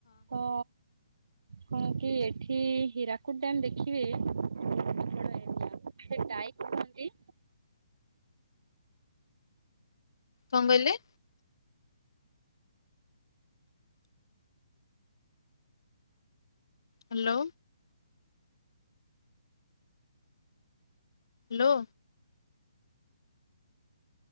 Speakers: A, on the right; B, on the left.
A: ତ କଣ କି ଏଠି ହୀରାକୁଦ୍ ଡ୍ୟାମ ଦେଖିବେ ବଡ ଏରିଆ ସେ ଟାଇପ ନୁହଁନ୍ତି।
B: କଣ କହିଲେ? ହ୍ୟାଲୋ। ହ୍ୟାଲୋ।